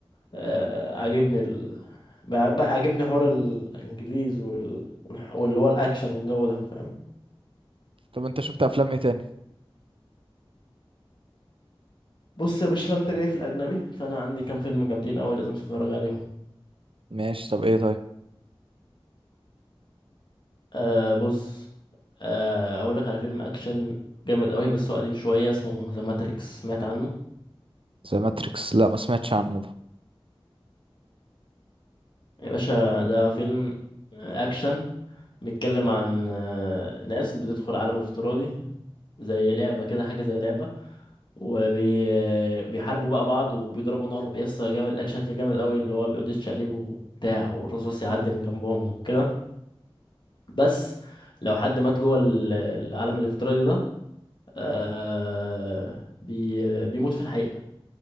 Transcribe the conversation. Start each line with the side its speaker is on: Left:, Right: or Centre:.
Left: آه، عاجبني ال... بقى بقى عاجبني حوار الانجليز وال... والح- واللي هو الاكشن والجو ده فاهم
Right: طب انت شفت افلام ايه تاني
Left: بص يا باشا لو انت جاي في الاجنبي فانا عندي كام فيلم جامدين قوي لازم تتفرج عليهم
Right: ماشي طب ايه طيب
Left: آه بص آه اقول لك على فيلم اكشن جامد قوي بس هو قديم شويه اسمه ذا ماتريكس سمعت عنه
Right: زي ماتريكس لا ما سمعتش عنه ده
Left: يا باشا ده فيلم اكشن بيتكلم عن آه، ناس بتدخل عالم افتراضي زي لعبة كده حاجة زي لعبة وبيحاربوا بقى بعض وبيضربوا نار يسطا جامد الأكشن فيه جامد قوي اللي هو بيقعد يتشقلب وبتاع والرصاص يعدي من جنبهم وكده بس لو حد مات جوه ال- العالم الافتراضي ده آه بي بيموت في الحقيقة